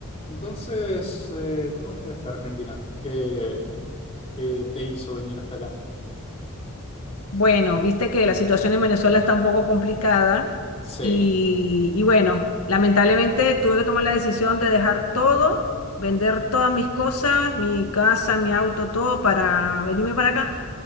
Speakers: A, on the left; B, on the left.
A: Entonces, eh, ¿cómo llegaste a Argentina? ¿Qué, qué te hizo venir hasta acá?
B: Bueno, viste que la situación en Venezuela está un poco complicada
A: Sí.
B: y, y bueno, lamentablemente tuve que tomar la decisión de dejar todo, vender todas mis cosas, mi casa, mi auto, todo para venirme para acá.